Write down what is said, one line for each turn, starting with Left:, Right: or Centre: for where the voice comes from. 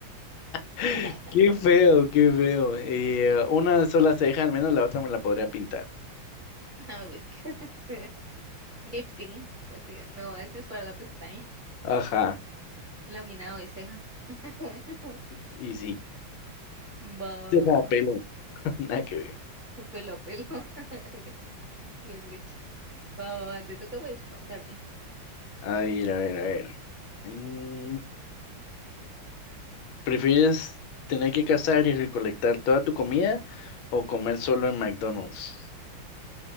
Left: Qué
Right: <laughs>
Left: feo, qué feo. Y, eh, una sola ceja, al menos la otra me la podría pintar.
Right: Ouch. <laughs> Lifting. O sea, no, ese es para la pestaña.
Left: Ajá,
Right: Laminado de ceja. <laughs>
Left: y sí.
Right: Va, va,
Left: Ceja
Right: va.
Left: a pelo, <laughs> nada que ver.
Right: Pelo, pelo. <laughs> Qué rico. Va, va, va, Te toca pues preguntarme.
Left: A ver, a ver, a ver. Mm, ¿prefieres tener que cazar y recolectar toda tu comida o comer solo en McDonald's?